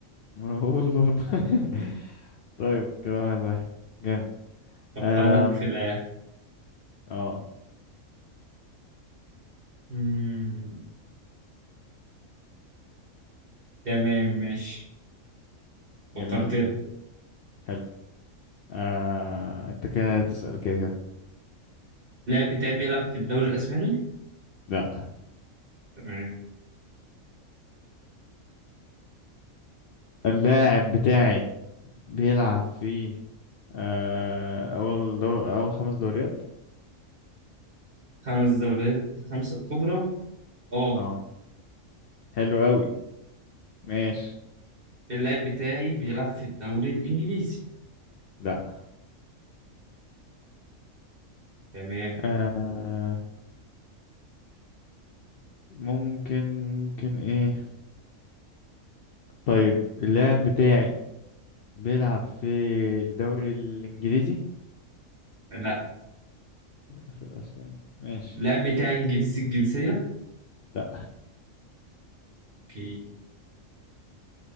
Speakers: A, on the left; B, on the right.
A: ما انا بقول برضه <laughs> طيب كده واحد واحد جامد
B: فكر
A: آم،
B: لك في لاعب
A: اه
B: مم، تمام ماشي فكرت
A: جميل
B: لك
A: حلو آه... انت كده تسأل كده كده
B: اللاعب بتاعي بيلعب في الدوري الاسباني
A: لا
B: تمام
A: اللاعب بتاعي بيلعب في آه... اول دور... اول خمس دوريات
B: خمس دوريات الخمسه الكبرى اه
A: اه حلو قوي ماشي
B: اللاعب بتاعي بيلعب في الدوري الانجليزي
A: لا
B: تمام
A: آه... ممكن ممكن ايه طيب اللاعب بتاعي بيلعب في الدوري الانجليزي
B: لا
A: لا في الاسباني ماشي
B: اللاعب بتاعي انجليزي الجنسيه
A: لا
B: اوكي